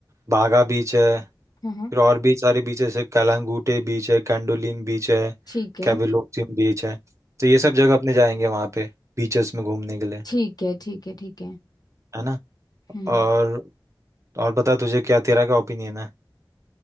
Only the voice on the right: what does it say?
बागा बीच है
फिर और भी सारे बीचेस है कलांगूटे बीच है कैंडोलिम बीच है
कैविलोसिम बीच है तो ये सब जगह अपने जाएंगे वहाँ पे बीचेस में घूमने के लिए
है ना
और और बता तुझे क्या तेरा क्या ओपिनियन